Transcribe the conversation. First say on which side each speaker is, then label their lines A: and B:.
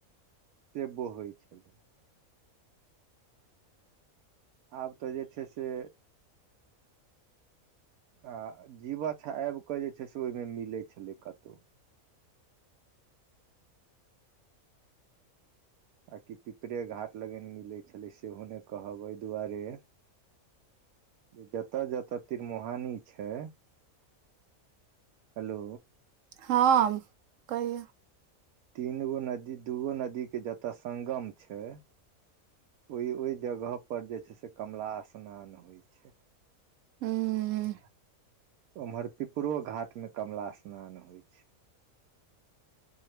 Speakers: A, on the right; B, on the right.
A: से बॉहै छलै। आब तऽ जे छै से आ जीवछ आबि कऽ जे छै से ओई मे मिलै छलै कतौ। आ कि पिपरे घाट लगैन मिलै छलै सेहो नै कहब, अई दुआरे जे जतऽ-जतऽ तिरमुहानी छै। हलो
B: हँ कहियौ।
A: तीन गो नदी, दूगो नदी के जतऽ संगम छै। ओय-ओय जगह पर जे छै से कमला स्नान होइ छै।
B: हूं हूं।
A: ओम्हर पिपरो घाटमे कमला स्नान होय छै।